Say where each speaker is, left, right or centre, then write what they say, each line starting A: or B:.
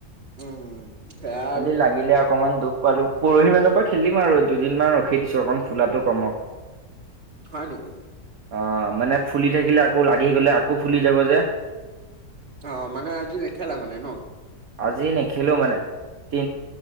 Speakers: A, on the right; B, on the right.
A: উম সেয়া
B: খালি
A: আৰু
B: লাগিলে অকনমান দুখ পালো। পৰহি মানৰ পৰা খেলিম আৰু দুদিনমান ৰখি দিছো অকণ ফুলাটো কমক।
A: হয় নেকি?
B: অ' মানে ফুলি থাকিলে আকৌ লাগি গ'লে আকৌ ফুলি যাব যে।
A: অ' মানে আজি নেখেলা মানে ন?
B: আজি নেখেলো মানে তি